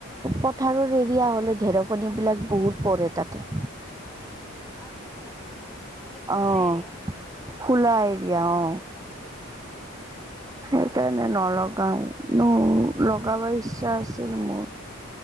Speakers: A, on the right (about 15°); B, in the centre.
A: পথাৰৰ এৰিয়া হ'লে ঢেৰেকনি বিলাক বহুত পৰে তাতে
B: আচ্ছা আচ্ছা মানে খোলা
A: অ',
B: এৰিয়া হলে
A: খোলা এৰিয়া অ
B: আচ্ছা আচ্ছা
A: সেইকাৰণে নলগাও লগাব ইচ্ছা আছিল মোৰ